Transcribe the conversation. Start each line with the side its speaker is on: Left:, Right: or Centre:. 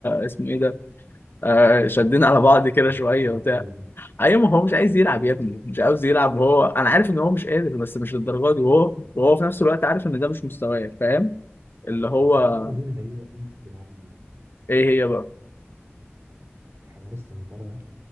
Left: اسمه ايه ده آه شدينا على بعض كده
Right: شدتوا
Left: شوية
Right: سوا
Left: وبتاع
Right: شوية يعني
Left: ايوه ما هو مش عايز يلعب يا ابني مش عاوز يلعب هو انا عارف ان هو مش قادر بس مش للدرجة دي وهو وهو في نفس الوقت عارف ان ده مش مستواه فاهم اللي هو
Right: بس في قوانين غريبة قوي انتوا بتلعبوا بيها
Left: ايه هي بقى
Right: حوار السنطرة ده